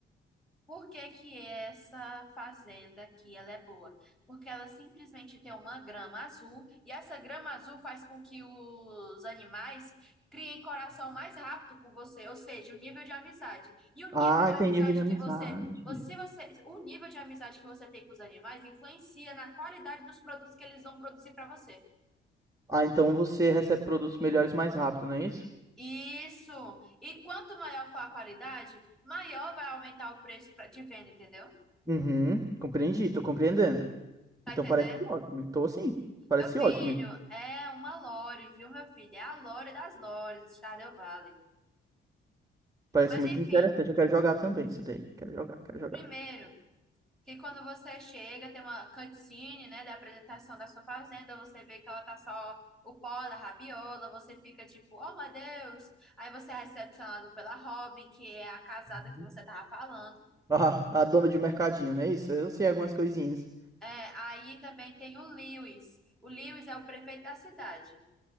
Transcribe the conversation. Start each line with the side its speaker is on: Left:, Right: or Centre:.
Centre: Por que que essa fazenda aqui ela é boa? Porque ela simplesmente tem uma grama azul e essa grama azul faz com que os animais criem coração mais rápido com você, ou seja, o nível de amizade. E o
Right: Ah,
Centre: nível de amizade
Right: tem nível de amizade.
Centre: que você, você, você, o nível de amizade que você tem com os animais influencia na qualidade dos produtos que eles vão produzir para você.
Right: Ah, então você recebe produtos melhores mais rápido, não é isso?
Centre: Isso. E quanto maior for a qualidade, maior vai aumentar o preço pra- de venda, entendeu?
Right: Uhum, compreendi, tô compreendendo.
Centre: Tá
Right: Então
Centre: entendendo?
Right: parece ótimo, tô sim, parece
Centre: Meu filho,
Right: ótimo.
Centre: é uma lore, viu, meu filho? É a lore das lores, Stardew Valley.
Right: Parece
Centre: Mas
Right: muito
Centre: enfim,
Right: interessante, eu quero jogar também isso daí. Quero jogar, quero jogar.
Centre: primeiro, que quando você chega, tem uma cutscene, né, da apresentação da sua fazenda, você vê que ela tá só o pó da rabiola, você fica tipo, oh meu Deus! Aí você é recepcionado pela Robin, que é a casada
Right: Uhum.
Centre: que você tava falando.
Right: Ah, a dona de mercadinho, não é isso? Eu sei algumas coisinhas.
Centre: É, aí também tem o Lewis. O Lewis é o prefeito da cidade,